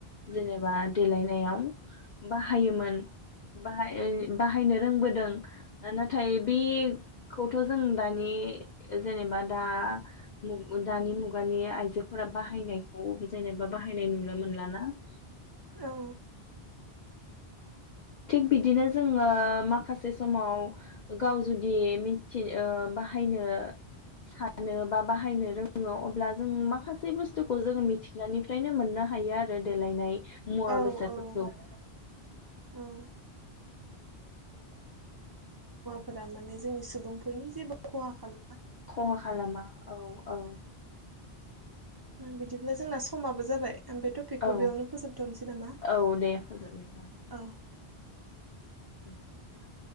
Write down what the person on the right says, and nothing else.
औ
औ
औ औ फोरा माने जोंनि सुबुंफोरनि जेबो खहा खालाम
ओं बिदिब्ला जोंना समाबो जाबाय। आं बे टपिकखौ
बेयावनो फोजोबथनोसै नामा
औ।